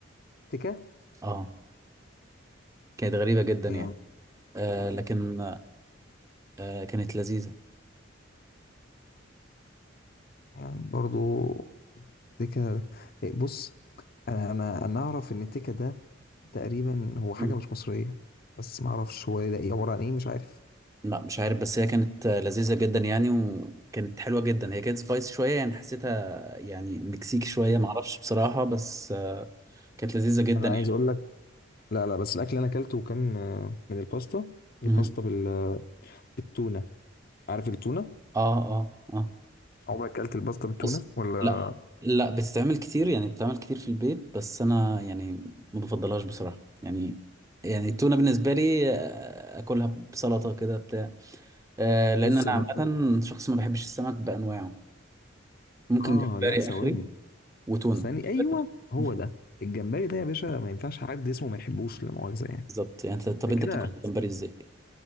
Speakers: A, on the left (about 50°); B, on the right (about 15°).
A: تكه
B: اه كانت غريبة جدا
A: يعني
B: يعني آه، لكن آه، كانت لذيذة
A: يعني برضو تكه إيه، بص انا انا انا اعرف ان التكه ده تقريبا هو حاجه
B: مم.
A: مش مصريه بس ما اعرفش هو ده إيه، عباره عن ايه مش عارف
B: لا مش عارف بس هي كانت آه، لذيذة جدا يعني وكانت حلوة جدا هي كانت سبايسي شوية يعني حسيتها يعني مكسيكي شوية
A: مم.
B: معرفش بصراحة بس آه، كانت لذيذة جدا
A: انا
B: يعني
A: عايز اقول لك لا لا بس الاكل اللي انا اكلته كان آه، من الباستا الباستا
B: مم.
A: بال... بالتونه عارف التونه
B: اه اه اه
A: عمرك اكلت الباستا بالتونه
B: بس
A: ولا
B: لا لا بتتعمل كتير يعني بتتعمل كتير في البيت بس انا يعني ما بفضلهاش بصراحة يعني يعني التونة بالنسبة لي آه، اكلها بسلطة كده بتاع آه لان
A: ايه السبب
B: انا عامة شخص ما بحبش السمك بانواعه ممكن
A: اه
B: جمبري
A: لا ثواني
B: اخري وتونة
A: ثاني ايوه هو
B: <laughs>
A: ده الجمبري ده يا باشا ما ينفعش حد اسمه ما يحبوش لا مؤاخذه يعني
B: بالظبط يعني أنت- طب
A: انت
B: انت
A: كده
B: بتاكل جمبري ازاي